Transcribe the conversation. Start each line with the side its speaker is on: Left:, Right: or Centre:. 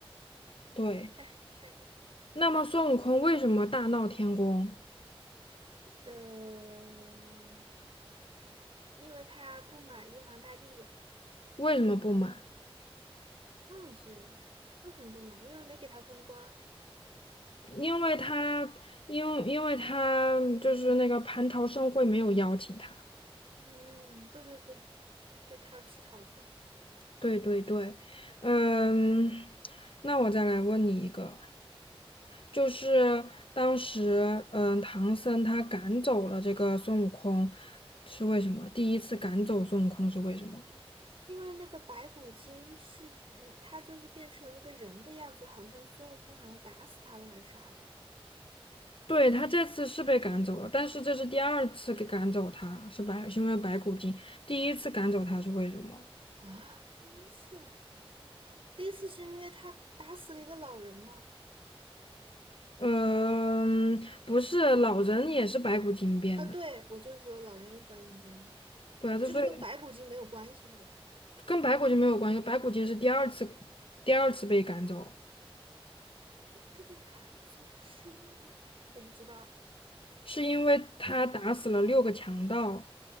Left: 对，
Right: 下下一个，
Left: 那么孙悟空为什么大闹天宫？
Right: 呃，因为他不满玉皇大帝，
Left: 为什么不满？
Right: 忘记了为什么不满，因为没给他封官儿。
Left: 因为他，因为因为他就是那个蟠桃盛会没有邀请他。
Right: 嗯，对对对，对，他要吃桃子，
Left: 对对对，嗯，那我再来问你一个，就是当时，嗯，唐僧他赶走了这个孙悟空，是为什么？第一次赶走孙悟空是为什么？
Right: 因为那个白骨精是一，他就是变成了一个人的样子，好像孙悟空好像打死他了还是啥的
Left: 对，他这次是被赶走了，但是这是第二次给赶走他，是白，是因为白骨精。第一次赶走他是为什么？
Right: 啊？第一次，第一次是因为他打死了一个老人吗？
Left: 嗯，不是，老人也是白骨精变的。
Right: 啊，对，我就是说老人也是白骨精
Left: 对啊，这所以
Right: 就是跟白骨精没有关系是吧？
Left: 跟白骨精没有关系，白骨精是第二次，第二次被赶走，
Right: 这被赶走是因为我不知道
Left: 是因为他打死了六个强盗。